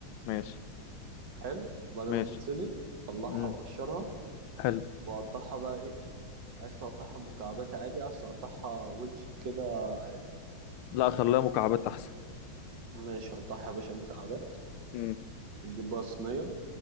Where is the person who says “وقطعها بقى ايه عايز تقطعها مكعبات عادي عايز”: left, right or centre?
Right